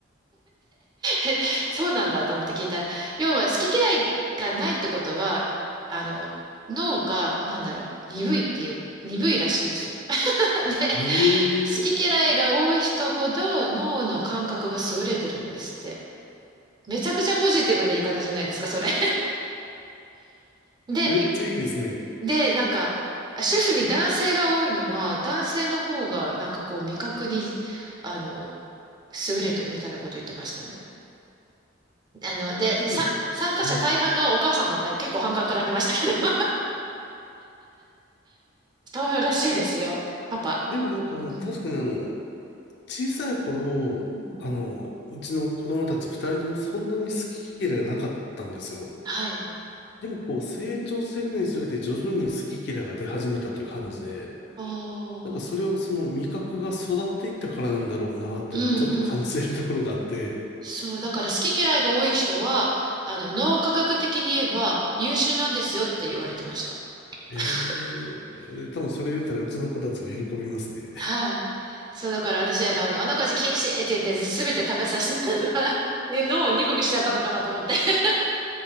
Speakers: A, on the right (about 20°); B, on the left (about 55°).
A: で <laughs> そうなんだと思って聞いたら、要は好き嫌いがないってことは、あの、脳が、なんだろう、鈍いっていう、鈍いらしいんですよ。<laughs> で、
B: へえ、
A: 好き嫌いが多い人ほど脳の感覚が優れてるんですって。めちゃくちゃポジティブな言い方じゃないですか、それ。<laughs> で
B: めっちゃいいですね。
A: で、なんか、シェフに男性が多いのは、男性の方が、なんかこう、味覚に、あの、優れてるみたいなこと言ってましたね。あの、で、
B: でも、
A: さ、参加者大半がお母さんだったり、
B: はい。
A: 結構反感食らってましたけど。<laughs> そうらしいですよ、パパ。
B: でもなんかあの、
A: うん。
B: 確かにあの、小さい頃、
A: うん
B: あの、うちの子供たち二人ともそんなに好き嫌いがなかったんですよ。
A: はい。
B: でもこう成長していくにつれて徐々に好き嫌いが出始めたという感じで、
A: おー。
B: なんかそれをその味覚が育っていったからなんだろうなっていうのはちょっと感じてるところがあって、
A: うんうん。そう、だから好き嫌いが多い人は、あの、脳科学的に言えば優秀なんですよって言われてました。<laughs>
B: <laughs> ええ多分それ言ったらうちの子たちは喜びますね。
A: はい。そう、だから私、あの、お腹禁止って言って、すべて食べさせてたのが、<laughs> で、脳を鈍くしちゃったのかなと思って。<laughs>